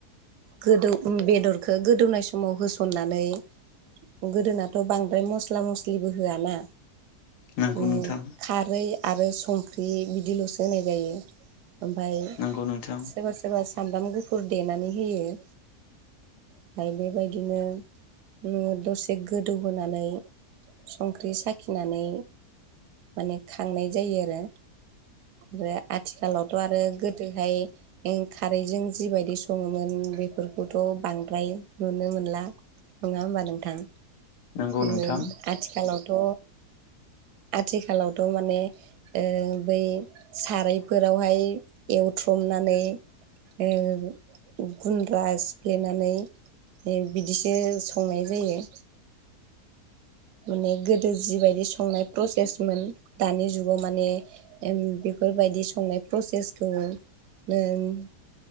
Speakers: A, on the right (about 85°); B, on the left (about 85°).
A: गोदौ बेदरखो गोदौनाय समाव होसननानै गोदोनाथ' बांद्राय मस्ला मस्लिबो होआ ना?
B: नंगौ
A: ओम
B: नोंथां
A: खारै आरो संख्रि बिदिल'सो होनाय जायो। ओमफ्राय
B: नंगौ नोंथां।
A: सोरबा सोरबा सामब्राम गुफुर देनानै होयो। ओमफाय बेबायदिनो ओ दसे गोदौ होनानै संख्रि साखिनानै माने खांनाय जायो आरो। आरो आथिखालावथ' आरो गोदोहाय ओ खारैजों जिबायदि सङोमोन बेफोरखौथ' बांद्राय नुनो मोनला। नङा होमबा नोंथां?
B: नंगौ नोंथां
A: ओम आथिखालावथ' आथिखालावथ' माने ओ बै सारायफोरावहाय एवथ्रमना नै ओ गुन्द्रा सिफ्लेनानै ओ बिदिसो संनाय जायो। माने गोदो जिबायदि संनाय प्रसेसमोन दानि जुगाव माने ओम बेफोरबायदि संनाय प्रसेसखौ ओम